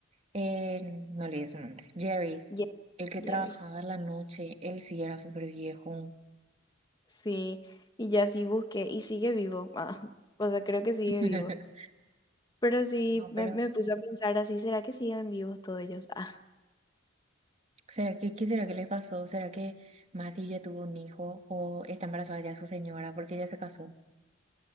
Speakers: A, on the right; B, on the left.
A: Eh, me olvidé su nombre. Jerry,
B: Ye-
A: el que
B: Jerry.
A: trabajaba a la noche, él sí era súper viejo.
B: Sí, y ya sí busqué y sigue vivo. Ah, <laughs> o sea, creo que sigue
A: <laughs>
B: vivo. Pero sí
A: No,
B: me,
A: pero
B: me puse a pensar así, ¿será que siguen vivos todos ellos? Ah,
A: ¿Será que, qué será que les pasó? ¿Será que Mati ya tuvo un hijo o está embarazada ya su señora porque ya se casó?